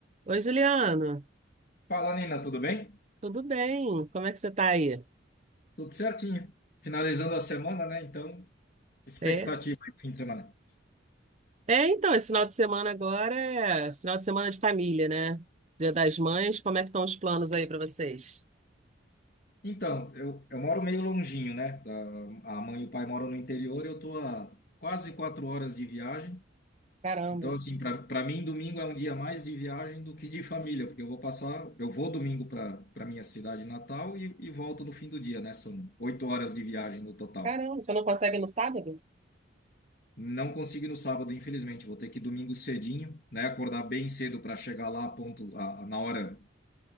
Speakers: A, on the right; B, on the left.
A: Oi, Juliano.
B: Fala, Nina, tudo bem?
A: Tudo bem? Como é que você tá aí?
B: Tudo certinho. Finalizando a semana, né? Então, expectativa
A: É?
B: aí pro fim de semana.
A: É, então, esse final de semana agora é final de semana de família, né? Dia das Mães. Como é que estão os planos aí pra vocês?
B: Então, eu, eu moro meio longinho, né? Da- A mãe e o pai moram no interior, eu tô a quase quatro horas de viagem.
A: Caramba.
B: Então, assim, para para mim, domingo é um dia mais de viagem do que de família, porque eu vou passar, eu vou domingo para para minha cidade natal e, e volto no fim do dia, né? São oito horas de viagem no total.
A: Caramba, você não consegue no sábado?
B: Não consigo ir no sábado, infelizmente. Vou ter que ir domingo cedinho, né? Acordar bem cedo para chegar lá ponto, a- na hora,